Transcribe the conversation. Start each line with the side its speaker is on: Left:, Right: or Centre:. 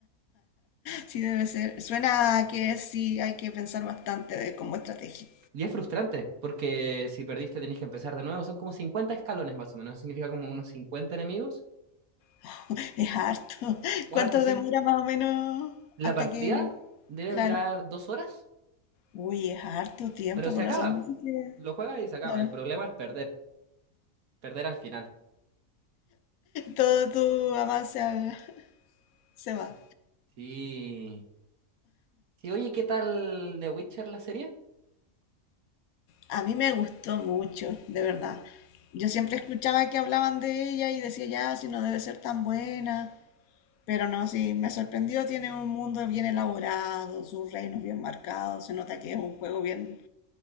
Left: Sí, debe ser. Suena a que sí hay que pensar bastante de, como estrategia.
Right: Y es frustrante, porque si perdiste tenés que empezar de nuevo. Son como cincuenta escalones más o menos, significa como unos 50 enemigos.
Left: <laughs> Es harto.
Right: Harto,
Left: ¿Cuánto
Right: sí.
Left: demora más o menos
Right: La
Left: hasta
Right: partida
Left: que...
Right: debe
Left: Claro.
Right: durar dos horas,
Left: Uy, es harto tiempo,
Right: pero se
Left: con
Right: acaba.
Left: razón. dices que-
Right: Lo juegas y se acaba.
Left: Claro.
Right: El problema es perder, perder al final.
Left: Todo tu avance a- se
Right: Sí.
Left: va.
Right: Sí. Sí, oye, ¿qué tal The Witcher la serie?
Left: A mí me gustó mucho, de verdad. Yo siempre escuchaba que hablaban de ella y decía, ya, si no debe ser tan buena. Pero no, sí, me sorprendió. Tiene un mundo bien elaborado, sus reinos bien marcados. Se nota que es un juego bien